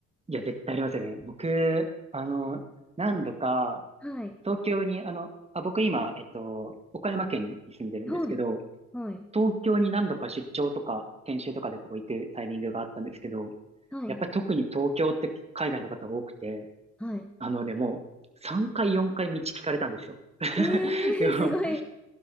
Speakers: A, on the right (about 15°); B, in the centre.
A: いや、絶対ありますよね。僕、あの、何度か、
B: はい。
A: 東京に、あの、あ、僕今、えっと、岡山県に住んでるんですけど、
B: はい。はい。
A: 東京に何度か出張とか、研修とかでこう行くタイミングがあったんですけど、
B: はい。
A: やっぱり特に東京って海外の方多くて、
B: はい。
A: あのね、もう3回4回道聞かれたんですよ。<laughs>
B: ええー、
A: でも、
B: すごい。